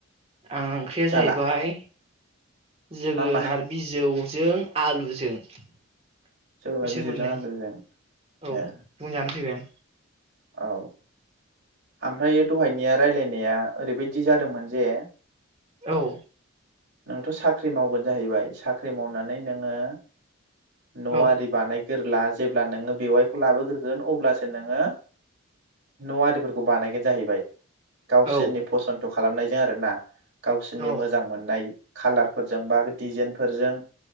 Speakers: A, on the right; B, on the right.
A: आं ओंख्रिया
B: जाला
A: जाहैबाय जोगोनार
B: मा मा
A: बिजौ जों आलुजों बिसोर
B: जोगोनार बिजौजों
A: मोननै
B: आलुजों
A: औ
B: ए
A: न'वावनो जाना फैबाय आं।
B: औ ओमफ्रायो दहायनिया रायलायनाया ओरैबायदि बिदि जादोंमोन जे
A: औ
B: नोंथ' साख्रि मावगोन जाहैबाय साख्रि मावनानै नोङो न'
A: औ
B: आरि बानाय गोरला जेब्ला नोङो बेवाइखौ लाबोग्रोगोन अब्लासो नोङो न आरिफोरखौ बानायगोन जाहैबाय गावसोरनि
A: औ
B: फसन्थ खालामनायजों आरोना गावसोरनि
A: औ
B: मोजां मोननाय खालारफोरजों बा डिजाइनफोरजों